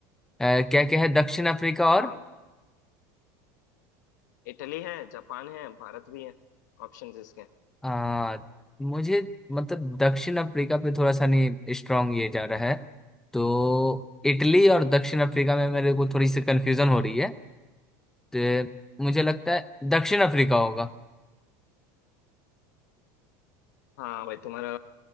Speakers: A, in the centre; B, on the left.
A: अ, क्या क्या है दक्षिण अफ्रीका
B: हाँ
A: और
B: इटली है जापान है भारत भी है ऑप्शंस इसके
A: आ, मुझे मतलब दक्षिण अफ्रीका पे थोड़ा सा नहीं स्ट्रांग ये जा रहा है तो इटली और दक्षिण अफ्रीका में मेरे को थोड़ी सी कंफ्यूजन हो रही है तो मुझे लगता है दक्षिण अफ्रीका होगा
B: हाँ भाई तुम्हारा